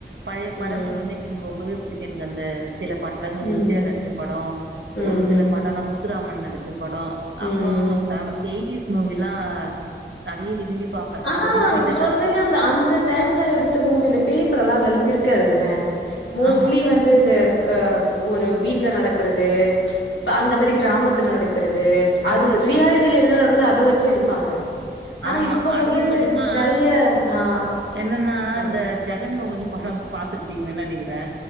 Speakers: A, on the right; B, on the left.
A: பழைய
B: ம்
A: படங்கள் வந்து எனக்கு ரொம்பவே புடிக்கு எனக்கு அந்த சில படத் படங்கள்
B: ம்
A: எம்ஜிஆர் நடிச்ச படம்
B: ம்
A: ஒரு சில
B: ம்
A: படோ நமக் த்துராமன் நடிச்ச படோ
B: ம்
A: அப்றோ செவ எயிட்டீஸ் மூவிலா நெறைய விரும்பி பாப்பே
B: ஆனா
A: நம்ம ரிப்பீட்டடா
B: சொன்ன மாரி அந்த அந்த டைம்ல எடுத்த மூவில பேய் படோ எல்லா அந்த அளவுக்கு இருக்காதுதான மோஸ்ட்லி
A: ஆமா
B: வந்து இந்த ஆ ஒரு வீட்ல நடக்கறது இப்ப அந்த மாரி கிராமத்துல நடக் க்கிறது
A: அதிக
B: அது ரியாலிட்டியில என்ன நடக்குதோ அத வச் ச்சு எடுப்பாங்க ஆனா,
A: ஆமா
B: இப்ப
A: அதிகபடிமா
B: வந்து நெறைய ஆ,
A: என்னன்னா
B: ஆ,
A: இந்த ஜெகன்மோகினி படம் பாத்துருப்பீங்கன்னு நெனைக் றே